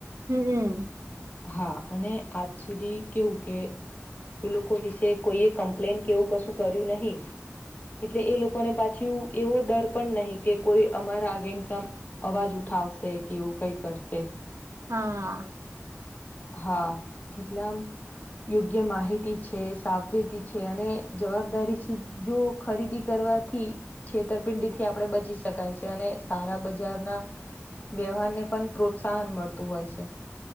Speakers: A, on the right (about 80°); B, on the left (about 35°).
A: હમ, હમ.
B: હા અને આજ સુધી કેવું કે એ લોકો વિશે કોઈએ કમ્પ્લેન કેવું કશું કર્યું નહી એટલે એ લોકોને પાછી એવો ડર પણ નહી કે કોઈ અમારા અગેન અવાજ ઉઠાવશે કે એવું કઈ કરશે
A: હા.
B: હા એટલેમ યોગ્ય માહિતી છે, સાવચેતી છે, અને જવાબદારી છે. જો ખરીદી કરવાથી છેતરપિંડીથી આપડણે બચી શકાય છે, અને સારા બજારના વ્યવહારને પણ પ્રોત્સાહન મળતું હોય છે.